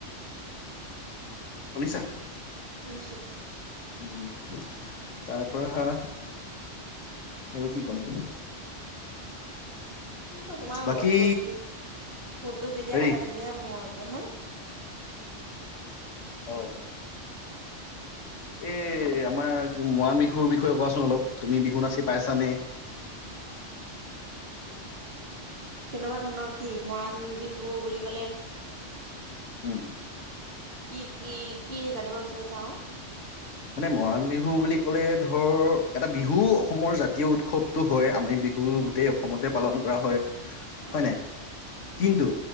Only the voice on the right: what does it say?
শুনিছো।
ত তোমাৰ
ফোনটো যেতিয়া
কটা তেতিয়াহে মোৰ মনত পৰে হ
উম। তেনেকুৱা ধৰণৰ কি মৰাণ বিহু বুলি কলে
কি কি কি জানিব বিচাৰিছা আৰু?
অ',
উম,